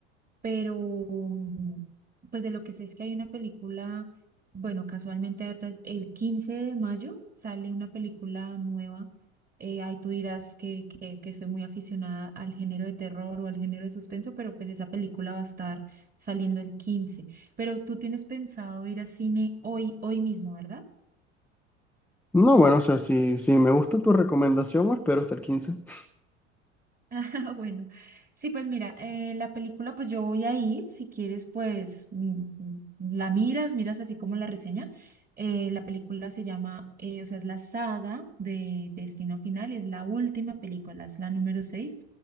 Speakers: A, on the right; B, in the centre.
A: pero mm, pues de lo que sé es que hay una película, bueno, casualmente ahorita es- el 15 de mayo sale una película nueva. eh, ahí tú dirás que, que, que soy muy aficionada al género de terror o al género de suspenso, pero pues esa película va a estar saliendo el quince Pero tú tienes pensado ir a cine hoy, hoy mismo, ¿verdad?
B: No, bueno, o sea, si, si me gusta tu recomendación, pues, espero hasta el quince. <laughs>
A: <laughs> Bueno, sí, pues mira, eh, la película, pues yo voy a ir, si quieres, pues mm, mm, la miras, miras así como la reseña. Eh, la película se llama, eh, o sea, es la saga de Destino Final, es la última película, es la número 6